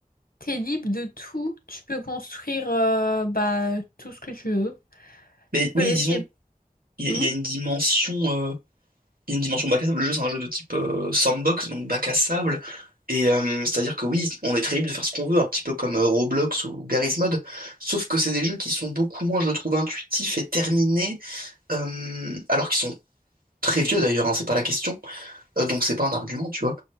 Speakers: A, on the left (about 80°); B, on the right (about 80°).
A: t'es libre de tout. Tu peux construire euh, bah, tout ce que tu veux. Tu
B: Mais oui,
A: peux laisser.
B: disons, il
A: Hmm
B: y, a il y a une dimension, euh, il y a une dimension bac à sable. Le jeu, c'est un jeu de type euh, sandbox, donc bac à sable. Et euh, c'est-à-dire que oui, on est très libre de faire ce qu'on veut, un petit peu comme euh, Roblox ou Garry's Mod. Sauf que c'est des jeux qui sont beaucoup moins, je le trouve, intuitifs et terminés, euh, alors qu'ils sont très vieux d'ailleurs, hein, c'est pas la question. Euh, donc c'est pas un argument, tu vois.